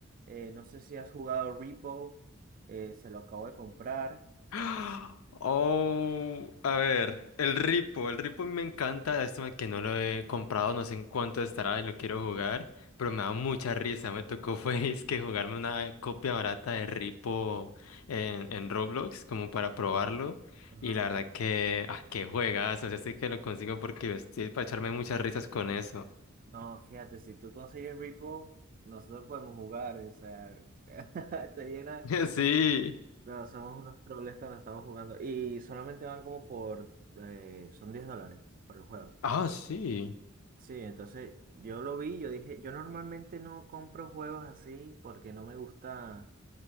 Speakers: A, on the right; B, on the left.
A: eh, no sé si has jugado Repo, eh, se lo acabo de comprar.
B: ¡Ah!
A: eh,
B: Oh, a ver, el Ripo, el Ripo me encanta, lástima que no lo he comprado, no sé en cuánto estará y lo quiero jugar, pero me da mucha risa, me tocó <laughs> fue es que jugarme una copia barata de Ripo en, en Roblox como para probarlo
A: ajá.
B: y la verdad que, ah, qué juegas, o sea, sí que lo consigo porque estoy para echarme muchas risas con eso.
A: No, fíjate, si tú consigues Repo, nosotros podemos jugar, o sea, <laughs> sería una-
B: <laughs> Sí.
A: No, somos unos troles cuando estamos jugando y solamente van como por, eh, son 10 dólares por el juego.
B: Ah, sí.
A: Sí, entonces yo lo vi, yo dije, yo normalmente no compro juegos así porque no me gusta,